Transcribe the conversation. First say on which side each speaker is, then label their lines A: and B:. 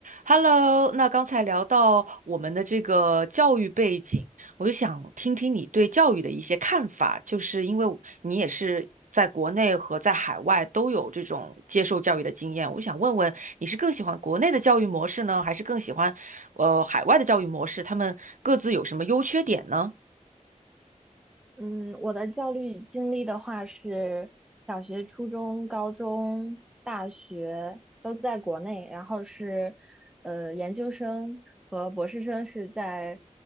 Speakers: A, on the right; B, in the centre.
A: Hello，那刚才聊到我们的这个教育背景，我就想听听你对教育的一些看法，就是因为我你也是在国内和在海外都有这种接受教育的经验，我想问问你是更喜欢国内的教育模式呢，还是更喜欢呃海外的教育模式？他们各自有什么优缺点呢？
B: 嗯，我的教育经历的话是小学、初中、高中、大学都在国内，然后是呃研究生和博士生是在